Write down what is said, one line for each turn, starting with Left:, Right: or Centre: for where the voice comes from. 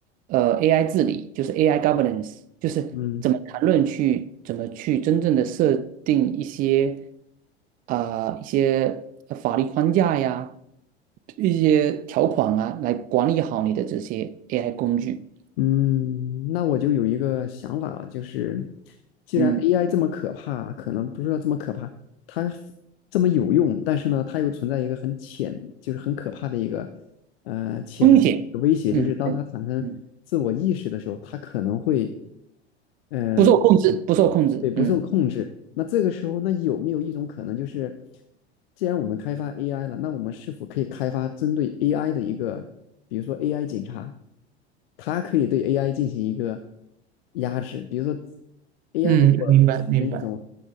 Right: 呃 AI 治理，就是 AI governance，就是怎么谈论去怎么去真正的设定一些
Left: 嗯。
Right: 啊、一些呃法律框架呀，一些条款啊，来管理好你的这些 AI 工具。
Left: 嗯，那我就有一个想法了，就是既然
Right: 嗯，
Left: AI 这么可怕，可能不是说这么可怕，它这么有用，但是呢，它又存在一个很潜，就是很可怕的一个呃潜在的威胁，
Right: 风险，嗯嗯，
Left: 就是当它产生自我意识的时候，
Right: 嗯
Left: 它可能会嗯、
Right: 不受控制，不受控制，
Left: 对不受控制，
Right: 嗯
Left: 那这个时候，那有没有一种可能，就是既然我们开发 AI 了，那我们是否可以开发针对 AI 的一个，比如说 AI 警察，它可以对 AI 进行一个压制，比如说 AI
Right: 嗯，
Left: 如果产生一种
Right: 明白明白，